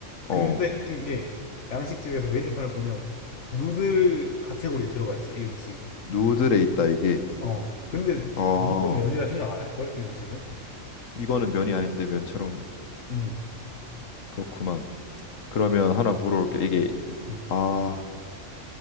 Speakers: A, on the left (about 65°); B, on the left (about 80°).
A: 근데
B: 어,
A: 웃긴 게 양식집에서 메뉴판을 보면 누들 카테고리에 들어가 있어, 이 음식이.
B: 누들에 있다 이게.
A: 어. 근데
B: 어.
A: 아무도 면이라 생각 안 할걸, 이 음식은?
B: 이거는 면이 아닌데 면처럼
A: 음.
B: 그렇구만. 그러면 하나 물어볼게. 이게
A: 음.
B: 아